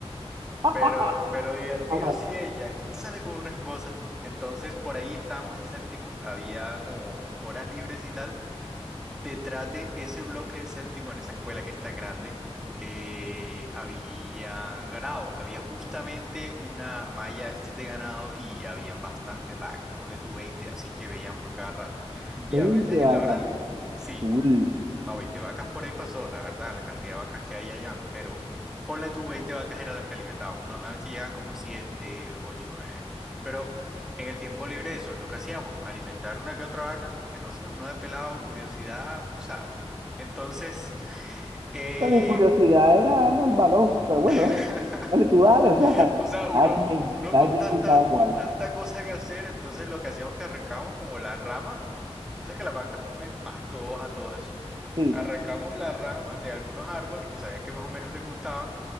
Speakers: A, on the right; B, in the centre.
A: Ajá.
B: Pero, pero divertido
A: Ajá.
B: sí ella, es que él sale con unas cosas. Entonces por ahí estábamos en séptimo, había como horas libres y tal. Detrás de ese bloque de séptimo, en esa escuela que es tan grande, eh, había ganado, había justamente una malla estas de ganado y habían bastantes vacas, ponle tú 20 así que veíamos a cada rato. Y
A: 20
B: a veces
A: vacas.
B: en la hora libre, sí,
A: Cool.
B: no, 20 vacas por ahí pasó, la verdad, la cantidad de vacas que hay allá. Pero ponle tú 20 vacas eran las que alimentaban. Normalmente llegan como 7 8 nueve Pero en el tiempo libre eso es lo que hacíamos, alimentar una que otra vaca, porque no sé, uno de pelado, curiosidad, tú sabes. Entonces, eh,
A: Pero mi curiosidad era darle al balón. Pero bueno,
B: <laughs>
A: dale, dale, tú dale. O sea,
B: o sea, uno,
A: cada quien,
B: uno
A: cada
B: con
A: quien
B: tanta,
A: con cada
B: con
A: cual.
B: tanta cosa que hacer, entonces lo que hacíamos es que arrancábamos como las ramas. Entonces que las vacas comen pasto, hoja, todo eso.
A: Sí.
B: Arrancamos las ramas de algunos árboles que sabían que más o menos les gustaban